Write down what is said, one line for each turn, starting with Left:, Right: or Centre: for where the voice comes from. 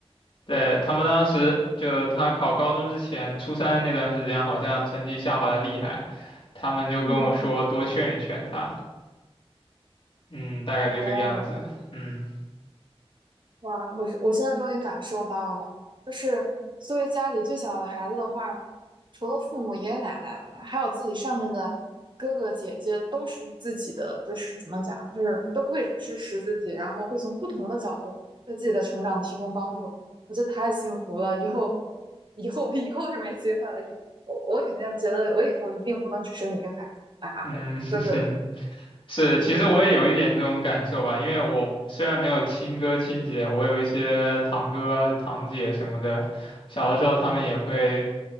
Left: 对，他们当时就他考高中之前，初三那段时间好像成绩下滑的厉害，他们就跟我说多劝一劝他，
Right: 嗯，
Left: 嗯，大概就这个样子，
Right: 哦。
Left: 嗯
Right: 哇，我是我现在终于感受到了，就是作为家里最小的孩子的话，除了父母、爷爷奶奶，还有自己上面的哥哥姐姐，都是自己的，就是怎么讲，就是都会支持自己，然后会从不同的角度为自己的成长提供帮助。我觉得太幸福了，以后，以后，以后是没机会了。以我我肯定觉得我以后一定不能只生一个孩子啊，
Left: 嗯。<laughs>
Right: 就是
Left: 是，其实我也有一点这种感受吧，因为我虽然没有亲哥亲姐，我有一些堂哥啊堂姐什么的，小的时候他们也会